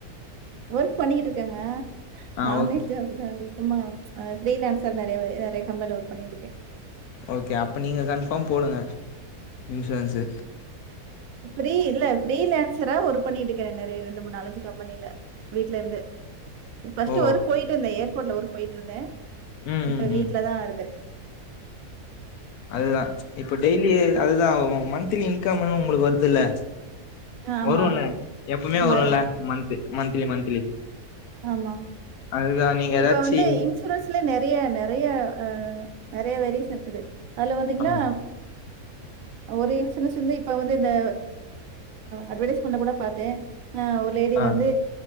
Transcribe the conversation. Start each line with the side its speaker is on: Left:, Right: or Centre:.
Right: வொர்க் பண்ணிக்கிட்டு இருக்கேங்க
Left: ஆ
Right: ஆன்லை
Left: ஓக்
Right: <unintelligible> தா சும்மா ஃப்ரீலான்ஸர் நெறைய நெறைய கம்பெனில ஒர்க் பண்ணிட்டு இருக்கே
Left: ஓகே அப்ப நீங்க கன்ஃபார்ம் போடுங்க இன்சூரன்ஸு
Right: ஃப்ரீ இல்ல ஃப்ரீ லான்சரா ஒர் பண்ணிட்டு இருக்கே நெறைய ரெண்டு மூணு நாலஞ்சு கம்பனியில வீட்ல இருந்தே பஸ்ட்
Left: ஓ
Right: ஒர்க் போயிட்டு இருந்தே ஏர்போர்ட்ல ஒருக்கு போயிட்டு இருந்தே
Left: ம்
Right: இப்ப
Left: ம்
Right: வீட்லதா
Left: ம்
Right: இருக்கே
Left: அதுதா இப்ப டெய்லி அதுதா மந்த்லி இன்கம்னு உங்களுக்கு வருதுல்ல
Right: ஆமா.
Left: வருல்ல எப்பவுமே
Right: ம்
Left: வருல்ல
Right: வரு
Left: மன்த் மந்த்லி மந்த்லி
Right: ஆமா
Left: அதுதா நீங்க ஏதாச்சி
Right: இப்ப வந்து இன்சூரன்ஸ்லயே நெறைய நெறைய ஆ நெறைய வேரிஎஸ் இருக்குது அதுல வந்தீங்களா
Left: ஆமா
Right: ஒரு இன்சூரன்ஸ் இருந்து இப்ப வந்து இந்த அட்வர்டைஸ்மெண்ட்ல கூட பாத்தே லேடி
Left: ஆ
Right: வந்து